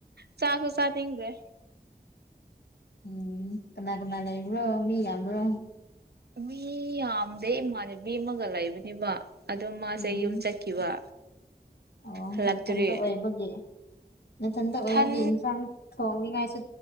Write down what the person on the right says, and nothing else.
ꯆꯥꯛꯁꯨ ꯆꯥꯅꯤꯡꯗ꯭ꯔꯦ
ꯃꯤ ꯌꯥꯝꯗꯦ ꯏꯃꯥꯟꯅꯕꯤ ꯑꯃꯒ ꯂꯩꯕꯅꯦꯕ ꯑꯗꯣ ꯃꯥꯁꯦ
ꯌꯨꯝ ꯆꯠꯈꯤꯕ
ꯍꯜꯂꯛꯇ꯭ꯔꯤ
ꯏꯊꯟ